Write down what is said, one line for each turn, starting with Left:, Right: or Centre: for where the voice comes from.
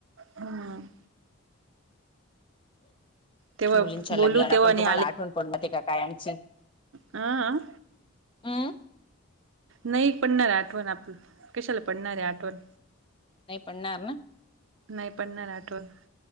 Right: हम.. तेव्हा
Left: मुलींच्या
Right: बोलू
Left: लग्नाला
Right: तेव्हा
Left: पण
Right: आणि
Left: तुम्हाला आठवण पडणार का काय आमची
Right: अं
Left: हम्म
Right: नाही पडणार आठवण आपलं कशाला पडणारे आठवण?
Left: नाही पडणार ना..
Right: नाही पडणार आठवण..